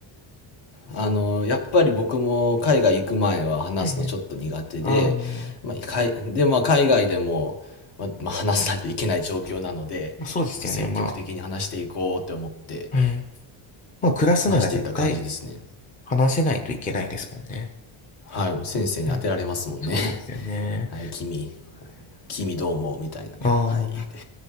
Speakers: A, on the left; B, on the left.
A: あの、やっぱり僕も海外行く前は話すのちょっと苦手で、
B: はいはい。あー
A: まあ、海で、まあ、海外でも、まあ、まあ話さないといけない状況なので、
B: まあ、そうですよね、
A: まあ、積極的に話していこうって思って
B: まあ。はい。まあ、暮らすなら絶対
A: 話していった感じですね。
B: 話せないといけないですもんね。
A: はい、もう先生に当てられますもんね。
B: はい。そうですよね。
A: <laughs> はい、君、君どうも、みたいな。
B: ああ、
A: はい、って。